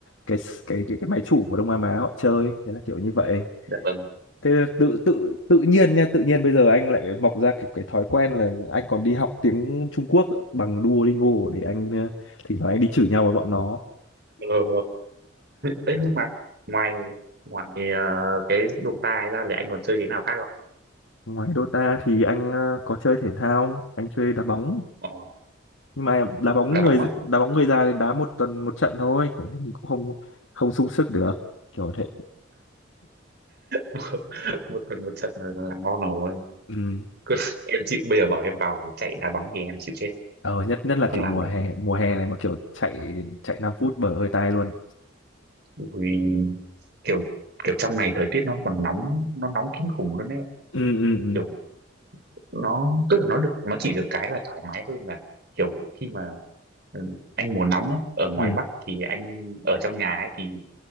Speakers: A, on the left; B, on the right.
A: cái s- cái cái cái máy chủ của Đông Nam Á họ chơi thế là kiểu như vậy
B: dạ vâng
A: thế là tự tự tự nhiên nha tự nhiên bây giờ anh lại mọc ra cái, cái thói quen là anh còn đi học tiếng Trung Quốc bằng Duolingo để anh ờ, thỉnh thoảng anh đi chửi nhau với bọn nó
B: ờ đấy nhưng mà ngoài ngoài ờ, cái Dota ra là anh còn chơi cái nào khác không
A: ngoài Dota thì anh ờ, có chơi thể thao không? anh chơi đá bóng
B: Ồ,
A: nhưng mà đá bóng
B: đá
A: người
B: bóng á
A: đá bóng người già thì đá một tuần một trận thôi kiểu như mình cũng không không sung sức được kiểu thế
B: <laughs> một tuần một trận là là ngon rồi
A: Ừ.
B: Cứ- em chịu bây giờ bảo em vào chạy đá bóng thì em chịu chết
A: Ờ, nhất nhất là
B: không
A: kiểu
B: làm
A: mùa
B: được
A: hè mùa hè này mà kiểu chạy chạy 5 phút bở hơi tai luôn
B: Ui, kiểu kiểu trong này thời tiết nó còn nóng nó nóng kinh khủng luôn đấy
A: ừ ừ ừ
B: kiểu nó tức là nó được nó chỉ được cái là thoải mái hơn là kiểu khi mà ừ, anh mùa nóng nhé ở ngoài
A: ừ
B: Bắc thì anh ở trong nhà ấy thì